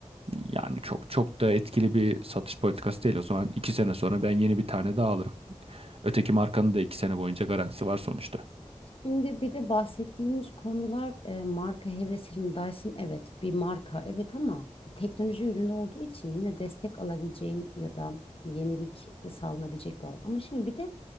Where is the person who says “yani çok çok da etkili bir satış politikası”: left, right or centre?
Right